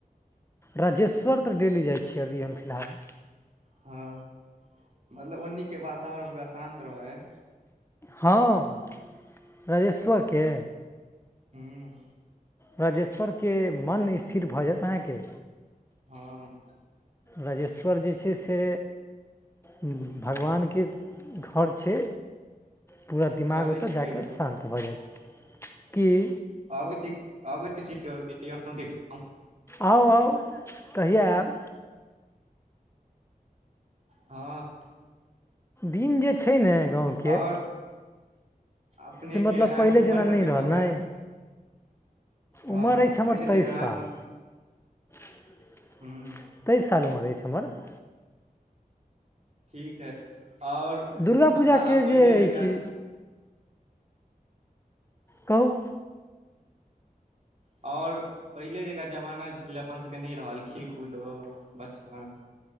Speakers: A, on the left; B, on the right.
A: राजेश्वर तऽ डेली जाइ छियै अभी हम फिलहाल।
B: हँ मतलब ओन्नी के वातावरण पूरा शान्त रहै है।
A: हँ, राजेश्वर के।
B: हूँ।
A: राजेश्वर के मन स्थिर भऽ जायत अहाँके।
B: हँऽ।
A: राजेश्वर जे छै से भगवान के घर छै। पूरा दिमाग
B: चलै
A: ओतऽ
B: छी
A: जाकऽ
B: कहियो
A: शान्त भऽ जायत, किऽ।
B: आबै छी आबै छी <unintelligible>
A: आउ! आउ! कहिया आएब?
B: हँऽ,
A: दिन जे छै ने गाँवके
B: आओर। अपनेके
A: से मतलब
B: अहाँके
A: पहिले
B: उमर
A: जेना
B: कते
A: नहि रहल
B: भऽ गेल
A: ने
B: <inaudible> हँ
A: उमर अछि हमर
B: पहिले जेना
A: तेइस साल।
B: आब मत
A: <inaudible>
B: हूँ
A: तेइस साल उमर अछि हमर। <inaudible>
B: ठीक हइ, आओर
A: दुर्गा
B: मतलब
A: पूजाके
B: आब
A: जे
B: पहिले जेका
A: अछि कहु।
B: आओर पहिले जकाँ जमाना जे छलै, अपन सबके नहि रहल खेलकूदो। बचपन।